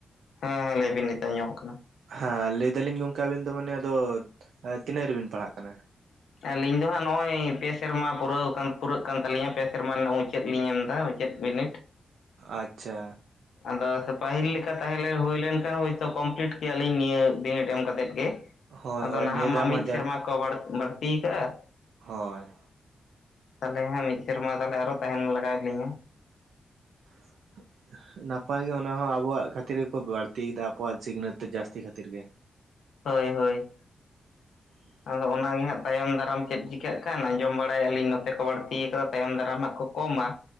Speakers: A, on the left (about 80°); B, on the right (about 80°).
A: ᱦᱮᱸᱻ ᱞᱟᱹᱭ ᱵᱤᱱ ᱱᱤᱛ ᱟᱧᱡᱚᱢᱚᱜ ᱠᱟᱱᱟ?
B: ᱦᱟᱸ ᱞᱟᱹᱭ ᱫᱟᱞᱤᱧ ᱜᱚᱝᱠᱮ ᱟᱵᱤᱱ ᱫᱚ ᱢᱟᱱᱮ ᱟᱫᱚ ᱮ ᱛᱤᱱᱟᱹᱜ ᱨᱮᱵᱤᱱ ᱯᱟᱲᱦᱟᱜ ᱠᱟᱱᱟ?
A: ᱟᱹᱞᱤᱧ ᱫᱚ ᱦᱟᱸᱜ ᱱᱚᱜ-ᱚᱭ ᱯᱮ ᱥᱮᱨᱢᱟ ᱯᱩᱨᱟᱹᱣ ᱠᱟᱱ ᱯᱩᱨᱟᱹᱜ ᱠᱟᱱ ᱛᱟᱹᱞᱤᱧᱟ ᱯᱮ ᱥᱮᱨᱢᱟ ᱨᱮᱱᱟᱜ ᱢᱩᱪᱟᱹᱫ ᱞᱤᱧ ᱮᱢ ᱫᱟ ᱪᱟᱹᱫ ᱵᱤᱱᱤᱴ᱾
B: ᱟᱪᱪᱷᱟ᱾
A: ᱟᱫᱚ ᱥᱮ ᱯᱟᱦᱤᱞ ᱞᱮᱠᱟ ᱛᱟᱦᱮᱸ ᱞᱮ ᱦᱩᱭ ᱞᱮᱱᱠᱷᱟᱱ ᱦᱳᱭᱛᱚ ᱠᱚᱢᱯᱤᱞᱤᱴ ᱠᱮᱭᱟ ᱞᱤᱧ ᱱᱤᱭᱟᱹ ᱵᱤᱱᱤᱰ ᱮᱢ ᱠᱟᱛᱮᱫ ᱜᱮ᱾
B: ᱦᱳᱭ
A: ᱟᱫᱚ
B: ᱦᱳᱭ
A: ᱱᱟᱦᱟᱸᱜ
B: ᱱᱤᱭᱟᱹ ᱫᱷᱟᱣ
A: ᱢᱟ ᱢᱤᱫ
B: ᱡᱟ
A: ᱥᱮᱨᱢᱟ ᱠᱚ ᱵᱟᱲ ᱵᱟᱲᱛᱤᱭ ᱠᱟᱜ-ᱟ᱾
B: ᱦᱚᱭ᱾
A: ᱛᱟᱦᱚᱞᱮ ᱦᱟᱸᱜ ᱢᱤᱫ ᱥᱮᱨᱢᱟ ᱛᱟᱦᱚᱞᱮ ᱟᱨᱚ ᱛᱟᱦᱮᱱ ᱞᱟᱜᱟᱣᱮᱜ ᱞᱤᱧᱟ᱾
B: <unintelligible> ᱱᱟᱯᱟᱭ ᱜᱮ ᱚᱱᱟ ᱦᱚᱸ ᱟᱵᱚᱣᱟᱜ ᱠᱷᱟᱛᱤᱨ ᱜᱮᱠᱚ ᱵᱟᱲᱛᱤᱭ ᱫᱟ ᱟᱵᱚᱣᱟᱜ ᱥᱤᱠᱷᱱᱟᱹᱛ ᱡᱟᱥᱛᱤ ᱠᱷᱟᱛᱤᱨ ᱜᱮ᱾
A: ᱦᱳᱭ ᱦᱳᱭ᱾
B: <inaudible>
A: ᱟᱫᱚ ᱚᱱᱟ ᱜᱮ ᱦᱟᱸᱜ ᱛᱟᱭᱚᱢ ᱫᱟᱨᱟᱢ ᱪᱮᱫ ᱪᱤᱠᱟᱜ ᱠᱟᱱ ᱟᱸᱡᱚᱢ ᱵᱟᱲᱟᱭᱮᱜ ᱟᱹᱞᱤᱧ ᱱᱚᱛᱮ ᱠᱚ ᱵᱟᱹᱲᱛᱤᱭ ᱠᱟᱫᱟ ᱛᱟᱭᱚᱢ ᱫᱟᱨᱟᱢ ᱦᱟᱸᱜ ᱱᱟᱜ ᱠᱚᱼᱼ ᱠᱚ ᱢᱟ᱾